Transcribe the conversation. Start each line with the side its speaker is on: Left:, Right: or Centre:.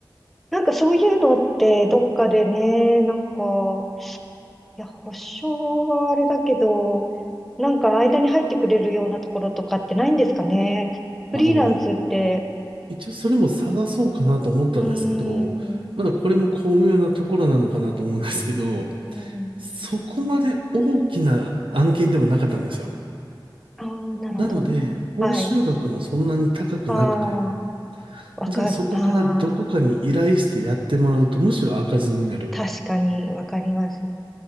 Centre: なんかそういうのってどっかでね、なんか、いや、保証はあれだけど、なんか間に入ってくれるようなところとかってないんですかね。フリーランスって、
Right: あの、一応それも探そうかなと思ったんですけど、
Centre: うーん、
Right: まだこれも巧妙なところなのかなと思うんですけど、
Centre: うん。
Right: そこまで大きな案件でもなかったんですよ。
Centre: ああ、なるほど。
Right: なので、報酬額もそんなに高くなくて、
Centre: はい。ああ、わか、
Right: じゃあそこからどこかに依頼してやってもらうとむしろ赤字になる。
Centre: ああ、確かにわかります。